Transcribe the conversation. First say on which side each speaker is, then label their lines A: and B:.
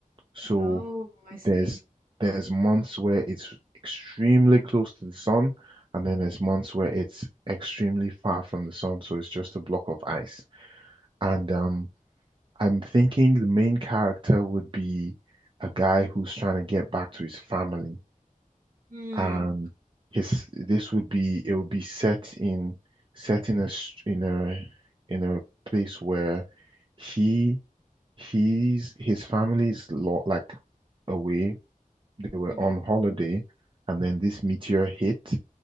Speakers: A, on the right; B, on the right.
A: So
B: Oh, I see.
A: there's there's months where it's extremely close to the sun, and then there's months where it's extremely far from the sun, so it's just a block of ice. And um, I'm thinking the main character would be a guy who's trying to get back to his family,
B: Hmm.
A: and his this would be it would be set in set in a s- in a in a place where he he's his family's lot like away they were
B: hmm
A: on holiday and then this meteor hit.